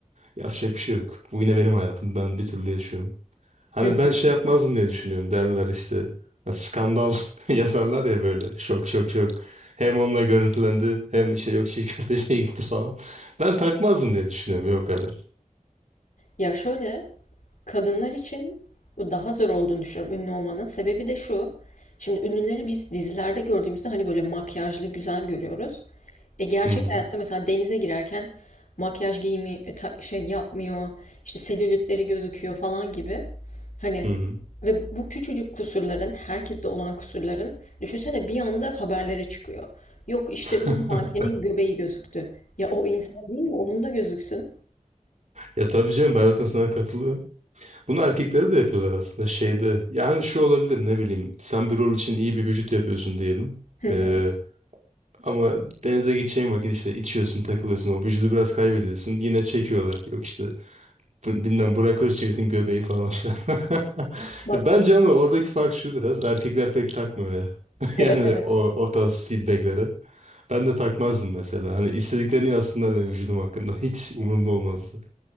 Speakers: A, on the right; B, on the left.
A: yapacak bir şey yok. Bu yine benim hayatım. Ben bir türlü yaşıyorum. Hani
B: hı hı.
A: ben şey yapmazdım diye düşünüyorum derler işte. Ha, Skandal <laughs> yazarlar ya böyle şok şok şok. Hem onunla görüntülendi hem işte yok çiğ köfteciye <laughs> gitti falan. Ben takmazdım diye düşünüyorum ya o kadar.
B: Ya şöyle kadınlar için bu daha zor olduğunu düşünüyorum ünlü olmanın. Sebebi de şu. Şimdi ünlüleri biz dizilerde gördüğümüzde hani böyle makyajlı güzel görüyoruz. E gerçek
A: Hı hı.
B: hayatta mesela denize girerken makyaj giyimi e, ta- şey yapmıyor, işte selülitleri gözüküyor falan gibi. Hani
A: Hı hı.
B: ve bu küçücük kusurların, herkeste olan kusurların düşünsene bir anda haberlere çıkıyor. Yok işte
A: <laughs>
B: ünlü mankenin göbeği gözüktü. Ya o insan değil mi? Onun da gözüksün.
A: Ya tabii canım ben zaten sana katılıyorum. Bunu erkekleri de yapıyorlar aslında şeyde. Yani şu olabilir ne bileyim. Sen bir rol için iyi bir vücut yapıyorsun diyelim.
B: Hı
A: Ee,
B: hı.
A: ama denize gideceğin vakit işte içiyorsun takılıyorsun. O vücudu biraz kaybediyorsun. Yine çekiyorlar. Yok işte Bu- Bilmem Burak Özçivit'in göbeği falan filan. <laughs>
B: Bak
A: Ya Bence ama oradaki fark şu biraz. Erkekler pek takmıyor ya. <laughs>
B: evet
A: Yani
B: evet.
A: o, o tarz feedbackleri. Ben de takmazdım mesela. Hani istediklerini yazsınlar benim vücudum hakkında. Hiç umurumda olmazdı.